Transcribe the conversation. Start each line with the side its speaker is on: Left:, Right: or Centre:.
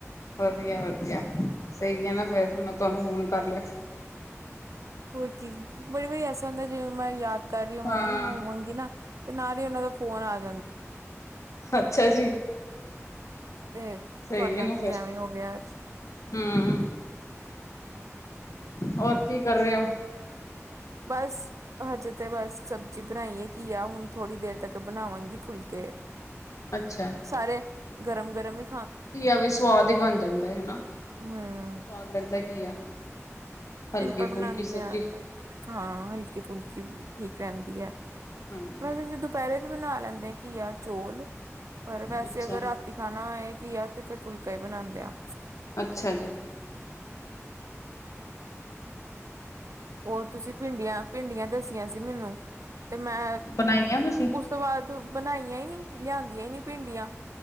Left: ਵਧੀਆ ਵਧੀਆ। ਈਆ ਸਹੀ ਐ ਨਾ ਫੇਰ ਮੈਂ ਤੁਆਨੂੰ ਫੋਨ ਕਰ ਲਿਆ।
Right: ਹੋਰ ਕੀ ਬੜੀ ਵਾਰੀ ਐਸੇ ਹੁੰਦਾ ਐ, ਜਿਵੇ ਮੈਂ ਯਾਦ ਕਰ ਰਹੀ ਹੋਵਾਂਗਾ
Left: ਹਾਂ
Right: ਨਾ ਹੋਵਾਂਗੀ ਨਾ ਤੇ ਨਾਲ ਈ ਉਹਨਾ ਦਾ ਫੋਨ ਆ ਜ
Left: ਅੱਛਾ ਜੀ।
Right: ਤੇ
Left: ਸਹੀ
Right: ਤੁਹਾਡੇ ਨਾਲ
Left: ਹੈ ਨਾ
Right: ਵੀ
Left: ਫਿਰ
Right: ਐਵੇਂ ਹੋ ਗਿਆ ਅੱਜ।
Left: ਹਮ। ਹੋਰ ਕੀ ਕਰ ਰਹੇ ਓ।
Right: ਬਸ। ਹਜੇ ਤੇ ਬਸ ਸਬਜ਼ੀ ਬਣਾਈ ਏ, ਘੀਆ। ਹੁਣ ਥੋੜੀ ਦੇਰ ਤੱਕ ਬਣਾਵਾਂਗੀ ਫੁਲਕੇ।
Left: ਅੱਛਾ।
Right: ਸਾਰੇ ਗਰਮ ਗਰਮ ਈ
Left: ਘੀਆ ਵੀ ਸਵਾਦ ਈ ਬਣ ਜਾਂਦਾ ਏ ਹਨਾ।
Right: ਹੂੰ
Left: ਸਵਾਦ ਲੱਗਦਾ ਐ ਘੀਆ। ਹਲਕੀ
Right: ਸਿੰਪਲ ਬਣਾਂਦੇ
Left: ਫੁਲਕੀ ਸਬਜ਼ੀ
Right: ਆ। ਅ-ਅ ਹਾਂ ਹਲਕੀ ਫੁਲਕੀ। ਕਿ ਠੀਕ ਰਹਿੰਦੀ ਐ।
Left: ਹਾਂਜੀ
Right: ਵੈਸੇ ਅਸੀਂ ਦੁਪਹਿਰੇ ਵੀ ਬਣਾ ਲੈਂਦੇ ਆ ਘੀਆ ਚੋਲ ਪਰ ਵੈਸੇ
Left: ਅੱਛਾ
Right: ਅਗਰ ਰਾਤੀ ਖਾਣਾ ਹੋਏ ਕੀ ਏ ਤੇ ਫੇਰ ਫੁਲਕਾ ਹੀ ਬਣਾਂਦੇ ਆ
Left: ਅੱਛਾ ਜੀ
Right: ਹੋਰ ਤੁਸੀਂ ਭਿੰਡੀਆਂ ਭਿੰਡੀਆਂ ਦੱਸੀਆਂ ਸੀ ਮੈਨੂੰ ਤੇ ਮੈਂ
Left: ਬਣਾਈ ਆ ਤੁਸੀਂ
Right: ਉਸ ਤੋਂ ਬਾਅਦ ਬਣਾਈਆਂ ਹੀ ਨੀ ਲਿਆਂਦੀਆਂ ਹੀ ਨੀ ਭਿੰਡੀਆਂ